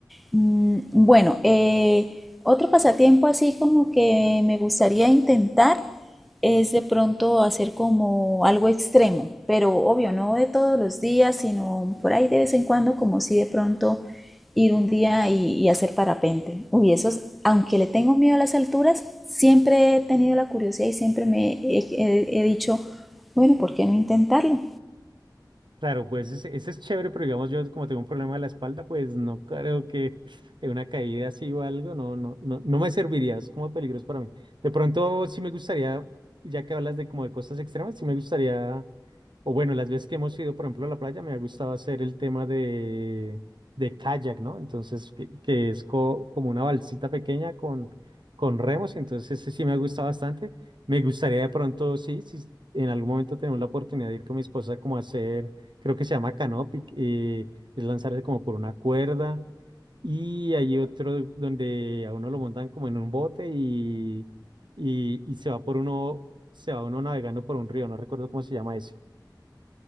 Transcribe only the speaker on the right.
Claro, pues ese, ese es chévere, pero digamos yo como tengo un problema de la espalda, pues no creo que de una caída así o algo, no, no, no, no me serviría, es como peligroso para mí. De pronto sí me gustaría, ya que hablas de como de cosas extremas, sí me gustaría, o bueno, las veces que hemos ido, por ejemplo, a la playa, me ha gustado hacer el tema de, de kayak, ¿no? Entonces, que, que es co- como una balsita pequeña con, con remos, entonces ese sí me ha gustado bastante. Me gustaría de pronto, sí, si en algún momento tenemos la oportunidad de ir con mi esposa como a hacer creo que se llama Canopy, eh, es lanzarse como por una cuerda. Y hay otro donde a uno lo montan como en un bote y, y, y se va por uno, se va uno navegando por un río, no recuerdo cómo se llama eso.